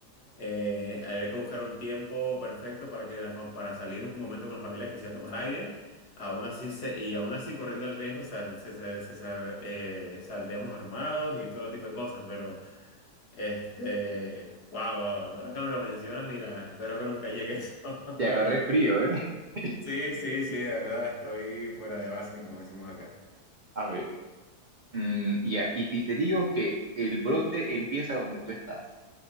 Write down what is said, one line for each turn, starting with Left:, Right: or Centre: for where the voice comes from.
Left: eh, habría que buscar un tiempo perfecto para, que la fa- para salir un momento con la familia que sea a tomar aire, aún así, se- y aún así corriendo el riesgo, sal- se- se- se- sal- eh, saldríamos armados y todo tipo de cosas, pero... Este, wow, wow, ahora que me lo mencionas, mira, espero que nunca llegue eso. <laughs>
Right: Te agarré frío, ¿eh? <laughs>
Left: Sí, sí, sí, de verdad, estoy fuera de base, como decimos acá.
Right: A ver, mm, ya, Y si te digo que el brote empieza donde tú estás.